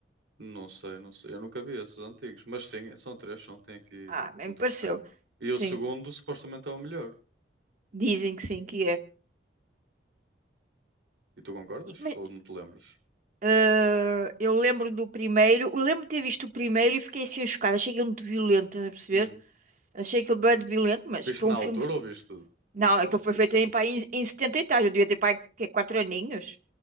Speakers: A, on the right; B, on the right.
A: Não sei, não sei. Eu nunca vi esses antigos. Mas sim, são três, são. Tem aqui
B: Ah, bem
A: o
B: me
A: terceiro.
B: pareceu.
A: E
B: Sim,
A: o segundo supostamente é o melhor.
B: dizem que sim, que
A: E tu concordas?
B: é.
A: Ou não te lembras?
B: Ah, eu lembro do primeiro, eu lembro de ter visto o primeiro e fiquei assim chocada. Achei aquilo muito violento, estás a perceber?
A: Hum.
B: Achei aquilo bem violento, mas
A: Viste
B: para um
A: na altura
B: filme.
A: ou viste
B: Não,
A: muito tempo
B: aquilo
A: depois
B: foi feito
A: de sair?
B: em, pá, em, em 70 e tal. Eu devia ter pai quê, 4 aninhos.